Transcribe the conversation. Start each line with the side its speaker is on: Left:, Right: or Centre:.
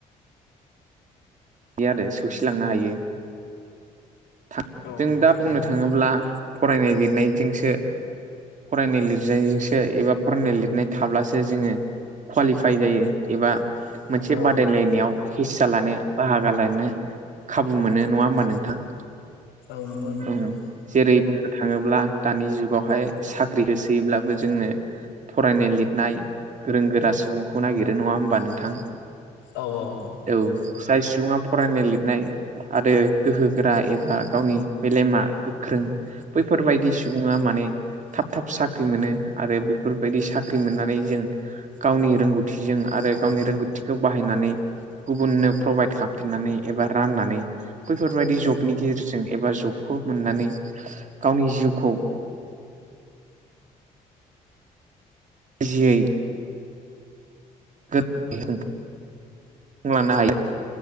Right: आरो सौसिलांनो हायो। था
Left: औ
Right: जों
Left: नंगौ
Right: दा
Left: सैथो
Right: बुंनो थाङोब्ला फरायनाय लिरनायजोंसो फरायनाय लिरनायजोंसो एबा फरायनाय लिरनाय थाब्लासो जोङो कुवालिफाइ जायो। एबा मोनसे
Left: औ
Right: बादायलायनायाव हिसा लानो बाहागो लानो खाबु मोनो नङा होमबा नोंथां
Left: औ नंगौ नोंथां
Right: ओं जेरै बुंनो थाङोब्ला दानि जुगावहाय साख्रि होसोयोब्लाबो जोंनो फरायनाय लिरनाय गोरों गोरा सुबुंखौ नागिरो नङा होमबा नोंथां
Left: औ औ
Right: औ जाय सुबुङा फरायनाय लिरनाय आरो गोहोगोरा ए बा गावनि मेलेमा गोख्रों बैफोरबायदि सुबुङा माने थाब थाब साख्रि मोनो आरो बेफोरबायदि साख्रि मोननानै जों गावनि रोंगौथिजों आरो गावनि रोंगौथिखौ बाहायनानै गुबुननो प्रभाइद खालामफिननानै एबा राननानै बैफोरबायदि जब
Left: औ
Right: जब नि गेजेरजों एबा जबखौ मोननानै गावनि जिउखौ इजियै <unintelligible> लांनो हायो